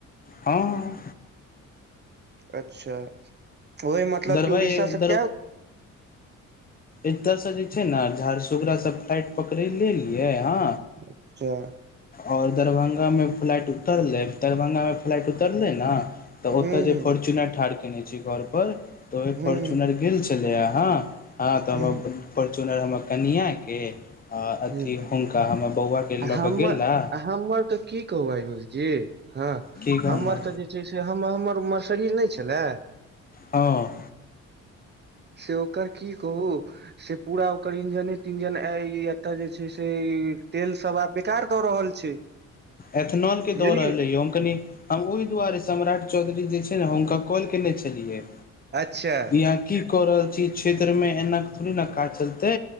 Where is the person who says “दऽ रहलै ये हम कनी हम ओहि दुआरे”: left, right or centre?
Left